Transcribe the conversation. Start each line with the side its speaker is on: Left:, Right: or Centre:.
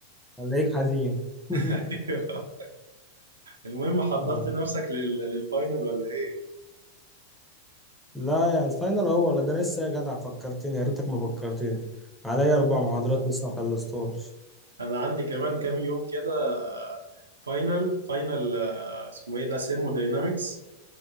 Centre: خليك حزين <laughs>
Right: <laughs> أيوه. المهم حضرت
Centre: آه.
Right: نفسك لل- للفاينل ولا ايه
Centre: لا يا الفاينل هو ولا ده لسه يا جدع فكرتني يا ريتك ما فكرتني عليا اربع محاضرات لسه ما خلصتهمش
Right: انا عندي كمان كام يوم كده آه، فاينل فاينل آه، اسمه ايه ده سيرموداينامكس